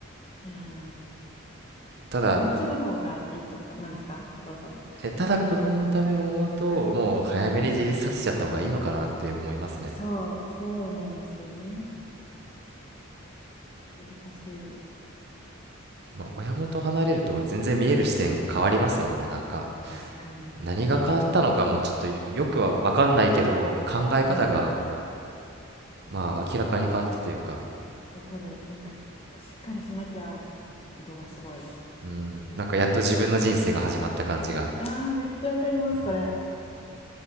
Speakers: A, on the left; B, on the right.
A: いやー、
B: ただこ、
A: え、どっちの方がいいと、あ、何ですかどうぞ。
B: え、ただ子供のためを思うともう早めに自立させちゃった方がいいのかなって思いますね。
A: うん、そう、そうなんですよね。難しい。
B: まあ、親元離れると全然見える視点変わりますもんねなんか
A: 確かに。
B: 何が変わったのかもちょっとよくは分かんないけど考え方が
A: うん、
B: まあ明らかに変わったというか
A: わかる。なんか、しっかりしなきゃ度がすごい。い
B: うんなんかやっと自分の人生が始まった感じが、
A: やー、めっちゃわかります、
B: うん
A: それ。